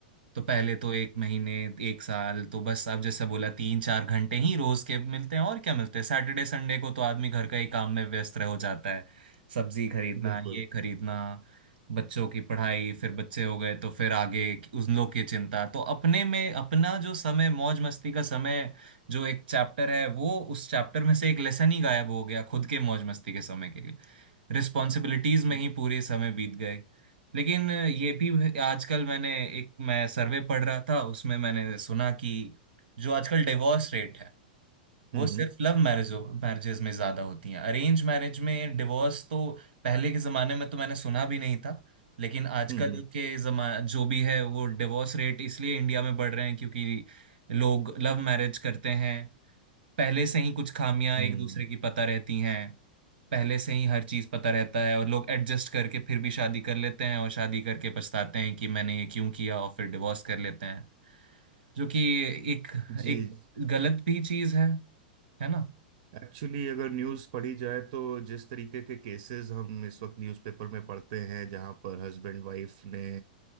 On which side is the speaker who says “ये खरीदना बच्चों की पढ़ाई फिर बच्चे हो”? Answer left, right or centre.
Right